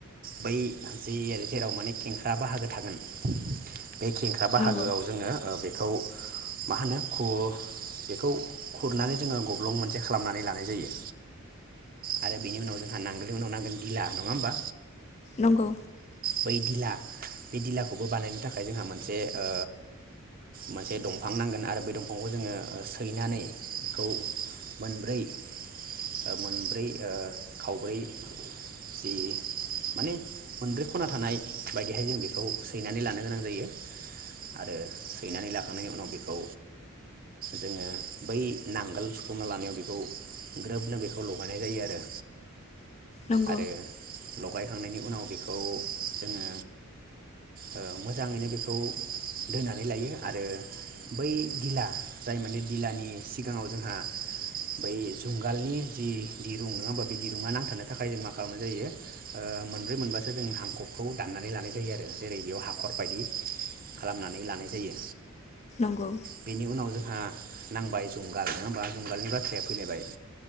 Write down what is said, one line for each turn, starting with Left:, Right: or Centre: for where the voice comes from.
Right: बै जे जेराव माने खेंख्रा बाहागो थागोन बे खेंख्रा बाहागोआव
Left: नंगौ
Right: जोङो ओ बेखौ मा होनो खु बेखौ खुरनानै जोङो गब्लं मोनसे खालामनानै लानाय जायो आरो बेनि उनाव जोंहा नांगोलनि उनाव नांगोन धिला नङा होमबा
Left: नंगौ
Right: बै दिला बे दिलाखौबो बानायनो थाखाय जोंहा मोनसे ओ मोनसे दंफां नांगोन आरो बै दंफांखौ जोङो सैनानै बेखौ मोनब्रै ओ मोनब्रै ओ खावब्रै जि माने मोनब्रै खना थानाय बायदिहाय जों बेखौ सैनानै लानो गोनां जायो आरो सैनानै लाखांनायनि उनाव बेखौ जोङो बै नांगोल सुखुमा लानायाव बेखौ ग्रोबनो बेखौ लगायनाय जायो आरो
Left: नंगौ
Right: आरो लगाय थांनायनि उनाव बेखौ खौ जोङो ओ मोजाङैनो बेखौ दोननानै लायो आरो बै दिला जाय माने दिलानि सिगाङाव जोंहा बै जुंगालनि जि दिरुं नङा होमबा बे दिरुंङा नांथानो थाखाय जों मा खालामनाय जायो ओ मोनब्रै मोनबा सो जों हांखबखौ दाननानै लानाय जायो आरो जेरै बेयाव हाखर बायदि खालामनानै लानाय जायो
Left: नंगौ
Right: बेनि उनाव जोंहा नांबाय जुंगाल नङा होमबा जुंगालनि बाथ्राया फैलायबाय